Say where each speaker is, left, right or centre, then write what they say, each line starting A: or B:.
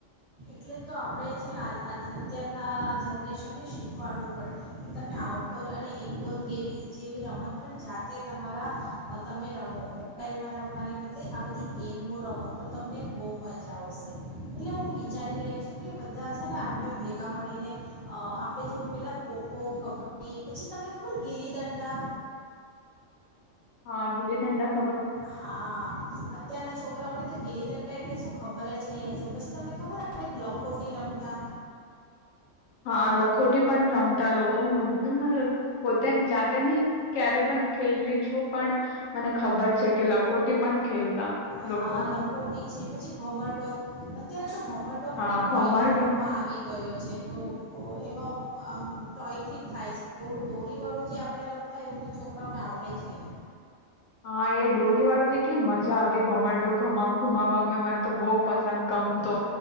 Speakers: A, on the right (about 35°); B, on the left (about 75°).
A: એટલે તો આપણે છે ને અત્યારના જનરેશન શીખવાડવું પડે કે તમે આઉટડોર અને ઇનડોર ગેવી જેવી રમત પણ જાતે તમારા તમે રમો મોબાઈલમાં રમવાને બદલે આ બધી ગેમો રમો તો તમને બહુ મજા આવશે એટલે હું વિચારી રહી બધા છે. ને આપણે ભેગા મળીને આપણે જેવું પેલા ખો-ખો કબડી પછી તમને ખબર ગીલી દંડા?
B: હા ગિલી દંડ હું
A: હા. અત્યારના છોકરાઓને તો ગીલી દંડા એટલે શું ખબર જ નહીં આવે છે. પછી તમને ખબર આપણે લખોટી રમતા
B: હા લખોટી પણ રમતા લોકો હું પોતે જાતે નહી ક્યારે પણ ખેલી છું. પણ મને ખબર છે. કે લખોટી પણ ખેલતા
A: હા
B: લોકો
A: લખોટી છે. પછી ભમરડો અત્યારે તો ભમરડો પણ
B: હા
A: એક ટોયના
B: ભમરડો
A: રૂટમાં આવે ગયો છે, તો એમાં આમ ટોયથી જ થાય છે, ઓલું દોરીવાળું જે આપણે રમતા એવું તો છોકરાઓને આવડે જ નહીં
B: હા, એ ડોરી વાળો કેટલી મજા આવતી ભમરડો ગુમાવ, ગુમાવ, મન તો બહુ પસંદ, ગમતો